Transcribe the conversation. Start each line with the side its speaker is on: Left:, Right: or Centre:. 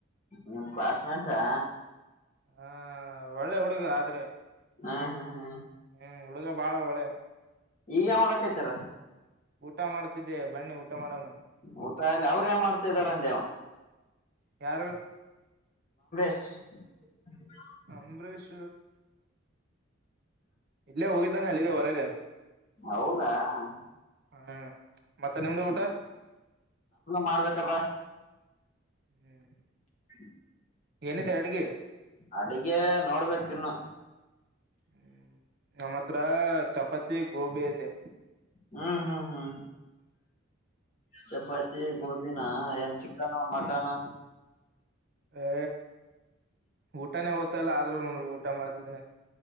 Left: ನಿಮ್ ಕ್ಲಾಸ್ಮೇಟಾ
Right: ಹಾ ಒಳ್ಳೆ ಹುಡುಗ ಆದ್ರೆ
Left: ಹ್ಮ್ ಹ್ಮ್ ಹ್ಮ್
Right: ಹ್ಮ್ ಹುಡುಗ ಬಾಳ ಒಳ್ಳೆ
Left: ಈಗ ಮಾಡಕೈತಾರ
Right: ಊಟ ಮಾಡ್ತಿದ್ದೆ ಬನ್ನಿ ಊಟ ಮಾಡೋಣ
Left: ಊಟ ಇಲ್ಲ ಅವ್ರೇ ಮಾಡ್ತಿದಾರಂದೇವ
Right: ಯಾರು
Left: ಉ <unintelligible>
Right: ಅಂಬರೀಷ್ ಇಲ್ಲೇ ಹೋಗಿದ್ದಾನೆ ಅಲ್ಲಿಗೆ ಹೊರಗೆ
Left: ಹೌದಾ ಹ್ಮ
Right: ಹಾ ಮತ್ತೆ ನಿಮ್ದು ಊಟ
Left: ಮಾಡ್ಬೇಕಪ್ಪಾ
Right: ಹ್ಮ್
Left: ಹ್ಮ
Right: ಏನಿದೆ ಅಡ್ಗೆ
Left: ಅಡಗೆ ನೋಡ್ಬೇಕ ಇನ್ನು
Right: ಹ್ಮ್ ನಮ್ಮ ಹತ್ರ ಚಪಾತಿ ಗೋಬಿ ಇದೆ
Left: ಹ್ಮ ಹ್ಮ ಹಾ ಚಪಾತಿ ಗೋಬಿನ ಏನ್ ಚಿಕನ್ ಮಟನ್
Right: ಅ ಊಟಾನೇ ಓದ್ತಲ್ಲ ಆದ್ರೂ ಊಟ ಮಾಡ್ತಿದ್ದನ